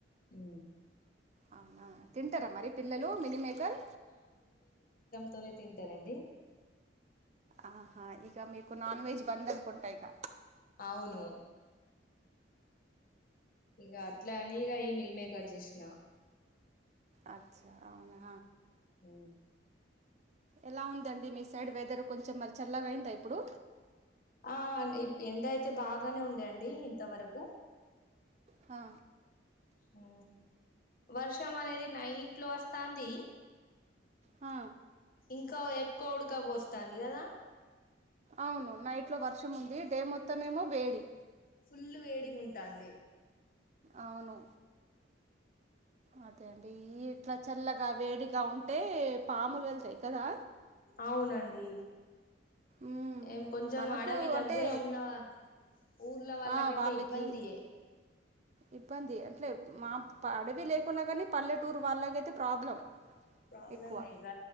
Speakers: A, on the left; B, on the right.
A: ఉ
B: అవునా తింటారా మరి పిల్లలు మిల్ మేకర్
A: తొనై తింటారండి
B: ఆహా ఇక మీకు నాన్ వెజ్ బంద్ అనుకుంటా ఇక
A: అవును ఇక అట్లా అని ఇక ఈ మిల్ మేకర్ చేసిన
B: అచా అవునా
A: అ
B: ఎలా ఉందండి మీ సైడ్ వెదర్ కొంచెం మరి చల్లగా అయిందా ఇప్పుడు
A: ఆ ఎండ అయితే బాగానే ఉండేయండి ఇంతవరకు
B: హా
A: ఊ వర్షం అనేది నైట్లో వస్తాంది.
B: ఆ
A: ఇంకా ఎక్కో ఉడక పోస్తంది కదా.
B: అవును నైట్లో వర్షం ఉంది డే మొత్తమేమో వేడి.
A: ఫుల్లు వేడిగుంటాంది.
B: అవును అదే అండి ఈడ్ అట్లా చల్లగా వేడిగా ఉంటే పాములు ఎళ్తాయి కదా
A: అవునండి
B: మ్మ్.
A: ఏం కొంచెం
B: మనకు
A: అడవి
B: అంటే
A: దగ్గర ఉన్నవా ఊర్ల వాళ్లకయితే
B: ఆ, వాళ్ళకి
A: ఇబ్బంది ఏ
B: ఇబ్బంది ఏ అంటలే మా అడవి లేకున్నా కానీ పల్లెటూరు వాళ్ళకైతే ప్రాబ్లం.
A: ప్రాబ్లం
B: ఎక్కువ
A: ఏ ఇక